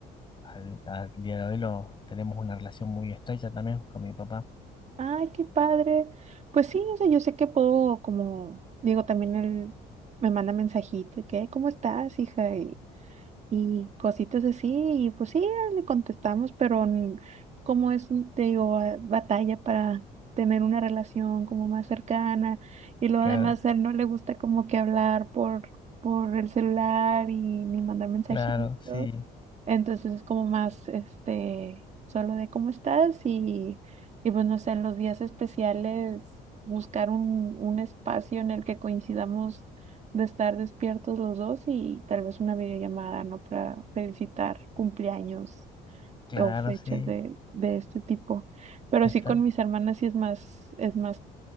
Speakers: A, on the left (about 30°); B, on the right (about 40°).
A: al, al día de hoy lo, tenemos una relación muy estrecha también con mi papá.
B: Ay, qué padre. Pues sí, o sea, yo sé que puedo, como digo, también él me manda mensajito, y que, ¿cómo estás, hija? Y y cositas así, y pues sí, le contestamos, pero n- como es, te digo, a- batalla para tener una relación como más cercana, y luego
A: Claro,
B: además a él no le gusta como que hablar por, por el celular y ni mandar mensajitos.
A: claro, sí,
B: Entonces es como más, este, solo de cómo estás y, y pues no sé, en los días especiales buscar un, un espacio en el que coincidamos de estar despiertos los dos y tal vez una videollamada, ¿no? Para felicitar cumpleaños
A: claro,
B: o fechas
A: sí.
B: de, de este tipo. Pero
A: Está,
B: sí con mis hermanas sí es más, es más